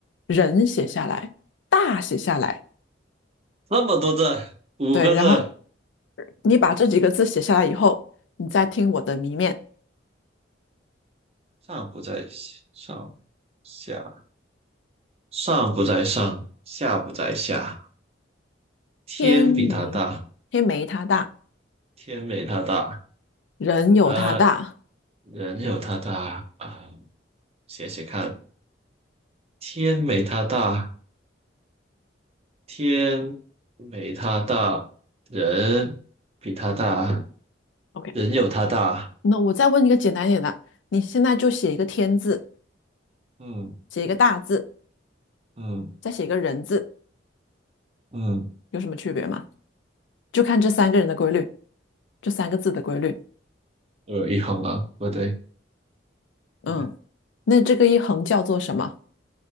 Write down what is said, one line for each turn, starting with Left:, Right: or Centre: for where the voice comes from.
Left: 人写下来，大写下来，
Right: 那么多字，五个字，
Left: 对，然后你把这几个字写下来以后，你再听我的谜面，
Right: 上不在上，下上不在上，下不在下。天比它大，
Left: 天没天没它大，
Right: 天没它大，
Left: 人有它大。
Right: 呃，人有它大啊。写写看，天没它大，天没它大，人比它大，
Left: OK，
Right: 人有它大。
Left: 那我再问一个简单一点的，你现在就写一个天字。
Right: 嗯
Left: 写一个大字，
Right: 嗯
Left: 再写一个人字，
Right: 嗯，
Left: 有什么区别吗？就看这三个人的规律，这三个字的规律。
Right: 我有一横啊，不对，
Left: 嗯，
Right: 呃
Left: 那这个一横叫做什么？